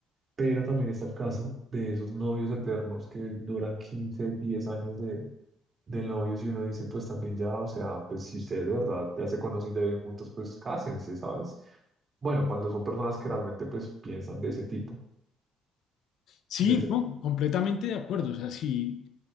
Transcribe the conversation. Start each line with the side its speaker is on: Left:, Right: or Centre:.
Right: Pero también está el caso de esos novios eternos que duran 15 10 años de, de novios y uno dice, pues también ya, o sea, pues si ustedes de verdad ya se conocen, ya viven juntos, pues cásense, ¿sabes? Bueno, cuando son personas que realmente pues piensan de ese tipo,
Left: Sí,
Right: de esa
Left: no, completamente de acuerdo. O sea, si